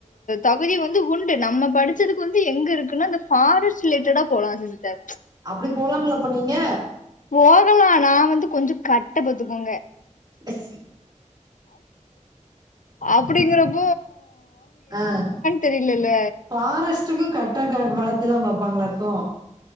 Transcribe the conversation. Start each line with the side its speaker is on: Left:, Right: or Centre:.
Left: தகுதி வந்து உண்டு நம்ம படிச்சதுக்கு வந்து எங்க இருக்குன அந்த ஃபாரஸ்ட் ரிலேட்டடா போலா சிஸ்டர்
Right: அப்டி போலாம்லா அப்ப நீங்க
Left: போதுலா நாவந்து கொஞ்சோ கட்ட பாத்துக்கோங்க
Right: எஸ் சி
Left: அப்டிங்கறப்
Right: அஸ்
Left: தெரியலல்ல
Right: ஃபாரஸ்ட்டுக்கு கட் <unintelligible> வளத்துதா பாப்பாங்களாக்கு